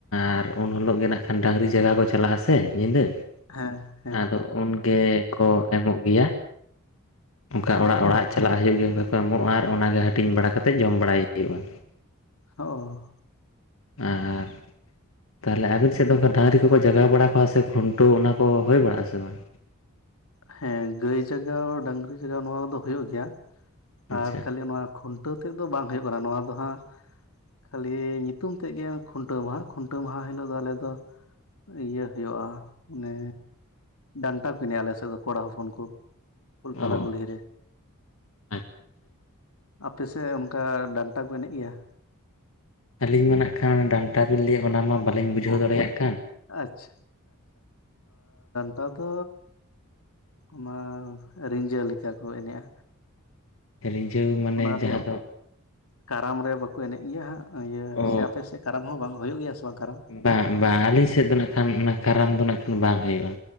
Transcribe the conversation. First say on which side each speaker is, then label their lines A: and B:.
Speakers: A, on the left; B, on the left.
A: ᱟᱨ ᱩᱱ ᱦᱤᱞᱳᱜ ᱜᱮ ᱱᱟᱜ ᱠᱷᱟᱱ ᱰᱟᱹᱝᱨᱤ ᱡᱟᱜᱟᱣ ᱠᱚ ᱪᱟᱞᱟᱜᱼᱟ ᱥᱮ ᱧᱤᱫᱟᱹ
B: ᱦᱮᱸ ᱦᱮᱸ
A: ᱟᱫᱚ ᱩᱱ ᱜᱮᱠᱚ ᱮᱢᱚᱜ ᱜᱮᱭᱟ ᱚᱱᱠᱟ
B: ᱟᱪᱪᱷᱟ
A: ᱚᱲᱟᱜ ᱚᱲᱟᱜ ᱪᱟᱞᱟᱜ ᱦᱳᱭᱳᱜ ᱜᱮᱭᱟ ᱚᱱᱠᱟ ᱠᱚ ᱮᱢᱚᱜᱼᱟ ᱚᱱᱟᱜᱮ ᱦᱟᱹᱴᱤᱧ ᱵᱟᱲᱟ ᱠᱟᱛᱮᱫ ᱡᱚᱢ ᱵᱟᱲᱟᱭ ᱦᱩᱭᱩᱜᱼᱟ
B: ᱚᱸ
A: ᱟᱨ ᱛᱟᱦᱚᱞᱮ ᱟᱵᱮᱱ ᱥᱮᱫ ᱫᱚ ᱚᱱᱠᱟ ᱰᱟᱹᱝᱨᱤ ᱠᱚ-ᱠᱚ ᱡᱟᱜᱟᱣ ᱵᱟᱲᱟ ᱠᱚᱣᱟ ᱥᱮ ᱠᱷᱩᱱᱴᱟᱹ ᱚᱱᱟ ᱠᱚ ᱦᱩᱭ ᱵᱟᱲᱟᱜ ᱟᱥᱮ ᱵᱟᱝ
B: ᱦᱮᱸ ᱜᱟᱹᱭ ᱡᱟᱜᱟᱣ ᱰᱟᱝᱨᱤ ᱡᱟᱜᱟᱣ ᱱᱚᱣᱟ ᱫᱚ ᱦᱩᱭᱩᱜ ᱜᱮᱭᱟ
A: ᱟᱪᱪᱷᱟ
B: ᱟᱨ ᱠᱷᱟᱞᱤ ᱱᱚᱣᱟ ᱠᱷᱩᱱᱴᱟᱹᱣ ᱛᱮᱫ ᱫᱚ ᱵᱟᱝ ᱦᱩᱭᱩᱜ ᱠᱟᱱᱟ ᱱᱚᱣᱟ ᱫᱚ ᱦᱟᱸᱜ ᱠᱷᱟᱹᱞᱤ ᱧᱩᱛᱩᱢ ᱛᱮᱫ ᱜᱮ ᱠᱷᱩᱱᱴᱟᱹ ᱢᱟᱦᱟ ᱠᱷᱩᱱᱴᱟᱹ ᱢᱟᱦᱟ ᱦᱤᱞᱳᱜ ᱫᱚ ᱟᱞᱮ ᱫᱚ ᱤᱭᱟᱹ ᱦᱳᱭᱳᱜᱼᱟ ᱚᱱᱮ ᱰᱟᱱᱴᱟ <inaudible> ᱟᱞᱮ ᱠᱚᱲᱟ ᱦᱚᱯᱚᱱ ᱠᱚ
A: ᱚ
B: ᱛᱟᱞᱟ ᱠᱳᱞᱦᱤ ᱨᱮ
A: ᱟᱪᱪᱷᱟ ᱟᱪᱪᱷᱟ᱾
B: ᱟᱯᱮᱥᱮᱫ ᱚᱱᱠᱟ ᱰᱟᱱᱴᱟ ᱠᱚ ᱮᱱᱮᱡ ᱜᱮᱭᱟ
A: ᱟᱹᱞᱤᱧ ᱢᱟ ᱱᱟᱜ ᱠᱷᱟᱱ ᱰᱟᱱᱴᱟ ᱰᱟᱱᱴᱟ ᱵᱤᱱ ᱞᱟᱹ ᱚᱱᱟ ᱢᱟ ᱵᱟᱹᱞᱤᱧ ᱵᱩᱡᱷᱟᱹᱣ
B: ᱚ
A: ᱫᱟᱲᱮᱭᱟᱜ ᱠᱟᱱ
B: ᱟᱪᱪᱷᱟ ᱚᱱᱟ ᱫᱚ ᱚᱱᱟ ᱨᱤᱡᱟᱹ ᱞᱮᱠᱟ ᱠᱚ ᱮᱱᱮᱡᱼᱟ
A: ᱨᱤᱡᱷᱟᱹᱣ ᱢᱟᱱᱮ
B: ᱚᱱᱟ
A: ᱡᱟᱦᱟᱸ
B: ᱨᱮᱭᱟᱜ
A: ᱫᱚ
B: ᱠᱟᱨᱟᱢ ᱨᱮ ᱵᱟᱠᱚ ᱮᱱᱮᱡ ᱜᱮᱭᱟ ᱦᱟᱸᱜ ᱤᱭᱟᱹ
A: ᱚ
B: ᱥᱮ ᱟᱯᱮ ᱥᱮᱫ ᱠᱟᱨᱟᱢ ᱦᱚᱸ ᱵᱟᱝ ᱦᱩᱭᱩᱜ ᱜᱮᱭᱟ ᱥᱮ ᱵᱟᱝ ᱠᱟᱨᱟᱢ
A: ᱵᱟᱝ ᱵᱟᱝ ᱟᱹᱞᱤᱧ ᱥᱮᱫ ᱫᱚ ᱱᱟᱜ ᱠᱷᱟᱱ ᱚᱱᱟ ᱠᱟᱨᱟᱢ ᱫᱚ ᱱᱟᱜ ᱠᱷᱟᱱ ᱵᱟᱝ ᱦᱩᱭᱩᱜᱼᱟ